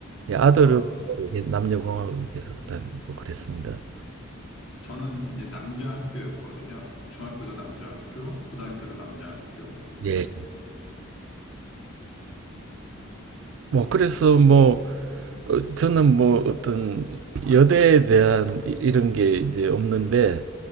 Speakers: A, on the right; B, on the left.
A: 예, 아들은
B: 아,
A: 예, 남녀공학을 계속 다니고 그랬습니다.
B: 저는 이제 남자 학교였거든요. 중학교도 남자 학교, 고등학교도 남자 학교. 네.
A: 예. 뭐, 그래서 뭐, 어, 저는 뭐 어떤 여대에 대한 이- 이런 게 이제 없는데,